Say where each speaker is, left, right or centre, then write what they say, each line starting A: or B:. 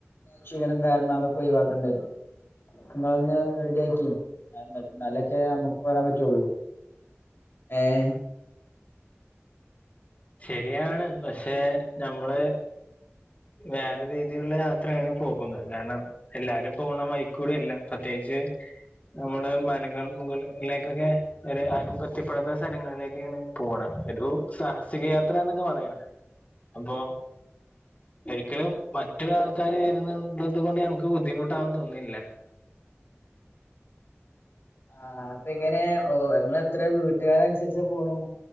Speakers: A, on the left; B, on the left.
A: ക്ഷീണം കാരണം അതൊക്കെ ഒഴിവാക്കണ്ടി വരും. ഇങ്ങളൊന്ന് റെഡിയാക്കി. <unintelligible> ന്നാലൊക്കെ അമ്മക്കു വരാൻ പറ്റുള്ളൂ. ഏഹ്
B: ശെരിയാണ് പഷെ ഞമ്മള് വേറെ രീതിയിലുള്ള യാത്രയാണ് പോകുന്നത്. കാരണം എല്ലാരും പോണ വൈക്കൂടെയല്ല. പ്രത്യേകിച്ച് നമ്മള് മലകള് മുകളിലേക്കൊക്കെ ഒരു ആരും പെത്തിപ്പെടാത്ത സലങ്ങളിലേക്കാണ് പോണ ഒരു സാഹസ് സികയാത്രാന്നൊക്കെ പറയാം. അപ്പോ ഒരിക്കലും മറ്റുള്ള ആൾക്കാര് വരുന്നുള്ളത് കൊണ്ട് ഞമക്ക് ബുദ്ധിമുട്ടാന്ന് തോന്നില്ല.
A: ആഹ് അപ്പെങ്ങനെ ഓ നിങ്ങളെത്ര വീട്ടുകാരൻസരിച്ച് പോണു